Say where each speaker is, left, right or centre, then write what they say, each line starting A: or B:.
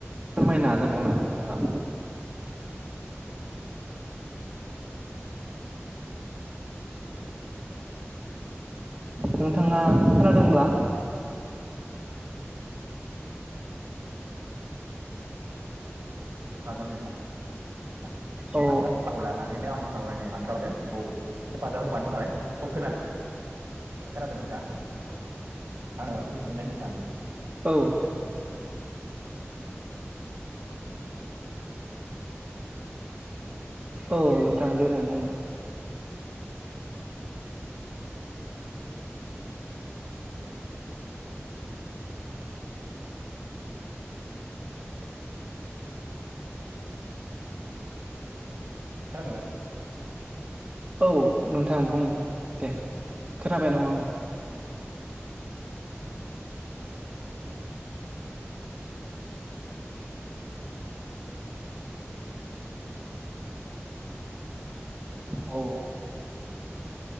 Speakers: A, on the right; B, on the right.
A: फोरमायनो हागोन नामा नोंथाङा? नोंथाङा खोनादोंब्ला?
B: हागोन नोंथां।
A: औ
B: <unintelligible> खौ लानानैनो आं सावरायनो आखायाव लादों औ हेफाजाब होफानो सान <unintelligible> औ खोनादों। खोनादों नोंथाङा? आङो एसे फिननाय होनो सानो।
A: औ। औ नोंथां देनाय बुंनाय।
B: खोनादोंना
A: औ नोंथां बुं। दे खोनाबाय दं आङो। औ।